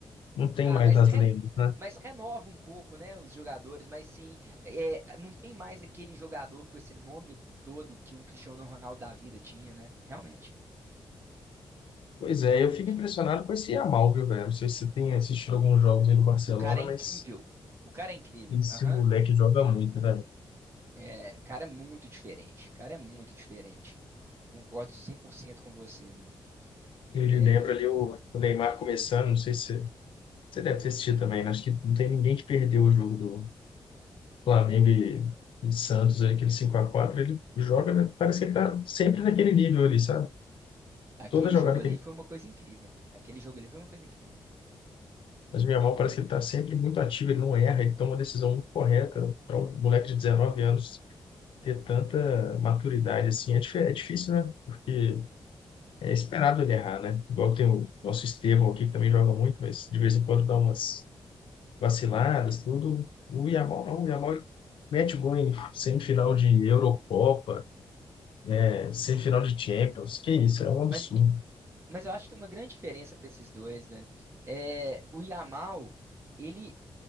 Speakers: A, on the left; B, on the right.
A: não tem
B: Ah,
A: mais
B: mas,
A: as
B: ren-
A: lendas, né?
B: mas renova um pouco, né, os jogadores, mas sim, é, não tem mais aquele jogador com esse nome todo que um Cristiano Ronaldo da vida tinha, né? Realmente,
A: Pois é,
B: realmente.
A: eu fico impressionado com esse Yamal, viu, velho? Não sei se você tem assistido alguns jogos aí no Barcelona,
B: O cara é
A: mas
B: incrível. O cara é incrível.
A: esse
B: Aham.
A: moleque joga muito, velho.
B: É, cara, é muito diferente. Cara, é muito diferente. Concordo 100% com você, mano.
A: Ele
B: É,
A: lembra ali o o Neymar começando, não sei se você você deve ter assistido também, né? Acho que não tem ninguém que perdeu o jogo do Flamengo e, e Santos, ali, aquele cinco a quatro ele joga, né? Parece que ele tá sempre naquele nível ali, sabe?
B: aquele
A: toda jogada
B: jogo ali
A: que ele.
B: foi uma coisa incrível. Aquele jogo ali foi uma coisa incrível.
A: Mas o Yamal parece que ele está sempre muito ativo, ele não erra, ele toma uma decisão muito correta. Para um moleque de 19 anos ter tanta maturidade assim é, dif- é difícil, né? Porque é esperado ele errar, né? Igual tem o nosso Estevão aqui, que também joga muito, mas de vez em quando dá umas vaciladas, tudo. O Yamal não, o Yamal ele mete gol em semifinal de Eurocopa, é, semifinal de Champions, que isso, é um absurdo.
B: Mas, mas eu acho que tem uma grande diferença para esses dois, velho. É, o Yamal, ele,